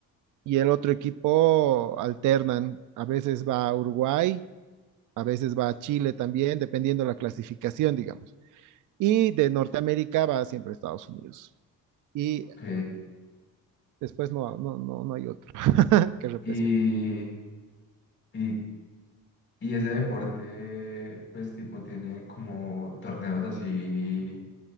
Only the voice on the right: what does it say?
y el otro equipo alternan, a veces va a Uruguay, a veces va a Chile también, dependiendo de la clasificación, digamos. Y de Norteamérica va siempre a Estados Unidos. Y
después no, no, no, no hay otro <laughs> que represente.